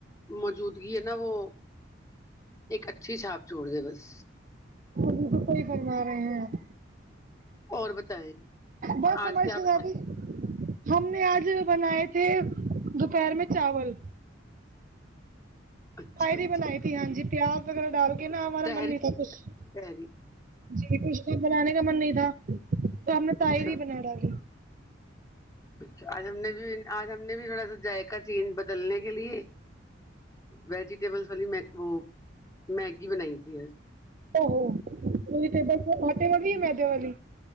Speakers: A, on the left; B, on the right.
A: موجودگی ہے نا وہ ایک اچھی چھاپ چھوڑ دے بس
B: بالکل صحیح فرما رہے ہیں آپ
A: اور بتائیں
B: بہت
A: آج
B: <inaudible>
A: کیا بنا
B: ہم نے آج بنائے تھے دوپہر میں چاول
A: اچھا
B: کائیری
A: اچھا
B: بنائی تھی ہاں جی پیاز وغیرہ ڈال کے نہ ہمارا
A: تحری
B: من نہیں تھا کچھ
A: تحری
B: جی کچھ تو بنانے کا من نہیں تھا تو ہم نے طاہری
A: اچھا
B: بنا ڈالے
A: اچھا آج ہم نے بھی آج ہم نے بھی تھوڑا سا ذائقہ چینج بدلنے کے لیے ویجیٹیبلس والی وہ میگی بنائی تھی
B: اوہو وجیٹیبلس آٹے والی یا میدے والی